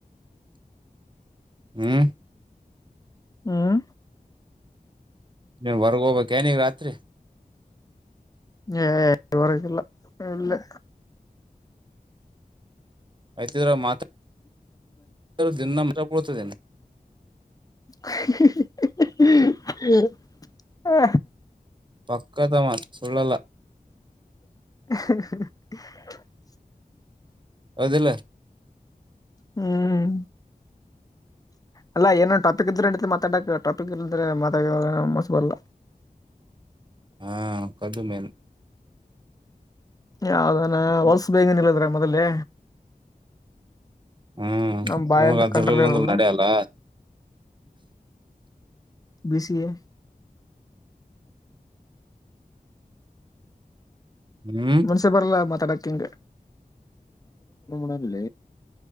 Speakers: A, on the right (about 30°); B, on the left (about 25°).
A: ಹ್ಮ್
B: ಹ್ಮ್
A: ನೀನ್ ಹೊರ್ಗ ಹೋಗಬೇಕಕ್ ಏನಗ ರಾತ್ರಿ
B: ಹೇ ಎಲ್ಲಿ ಹೊರಾಗ್ ಇಲ್ಲಾ ಇಲ್ಲೇ
A: ಆಯ್ತಿದ್ರ ಮಾತ್ ದಿನ ನ ಮ ಸಪರುತ ದಿನ
B: ಹಿ ಹಿ ಹಿ ಹಾ
A: ಪಕ್ಕದವಾನ್ ಸುಳ್ಳಲ್ಲ
B: ಹ ಹ ಹ
A: ಹೌದಿಲ್ಲ
B: ಹ್ಮ್ ಅಲ್ಲ ಏನನ್ ಟಾಪಿಕ್ ಇದ್ರೆೆ ಮಾತಾಡಕಕ್ ಟಾಪಿಕ್ ಇ ಅಂದ್ರೆ ಮಾತಾಡ ಮಸ್ ಬಲ್ಲ
A: ಹಾ ಕದುಮೇಲ್
B: ಯದಾನ ಹೊಲ್ಸ ಬ ಹಂಗನಲ್ಲದ್ರ ಮೊದಲೇ
A: ಹ್ಮ್
B: ನಮ ಬಾಯ
A: ನಮಗ
B: ಅಂದ್ರ
A: ಅದ್ರಲ್ಲ
B: ಕಂಟ್ರೋಲ್ ಇರಲ್ಲ
A: ಅಂದ್ರ ನಡೆಯಲ್ಲ
B: ಬಿ ಸಿ ಎ
A: ಹ್ಮ್
B: ಮನ್ಸೆ ಬರಲ್ಲ ಮಾತಾಡಕ ಹಂಗೆ ಣಲ್ಲ